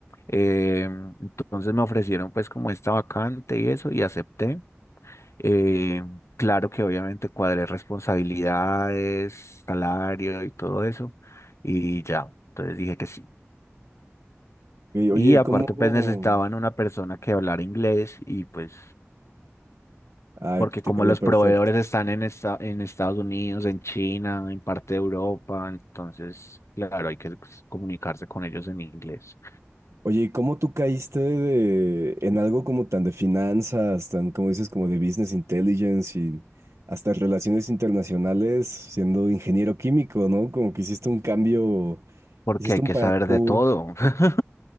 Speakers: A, on the left; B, on the right.
A: Eh, entonces me ofrecieron pues como esta vacante y eso y acepté. Eh, claro que obviamente cuadré responsabilidades, salario y todo eso y ya, entonces dije que sí.
B: Y, Oye,
A: Y
B: ¿y
A: aparte
B: cómo?
A: pues necesitaban una persona que hablara inglés y pues...
B: Ay,
A: porque
B: te
A: como
B: cayó
A: los
B: perfecto.
A: proveedores están en, esta- en Estados Unidos, en China, en parte de Europa, entonces, claro, hay que pues, comunicarse con ellos en inglés,
B: Oye, ¿y ¿cómo tú caíste de, en algo como tan de finanzas, tan como dices, como de business intelligence y hasta relaciones internacionales, siendo ingeniero químico, ¿no? Como que hiciste un cambio,
A: porque
B: hiciste
A: hay
B: un
A: que
B: parkour.
A: saber de todo. <laughs>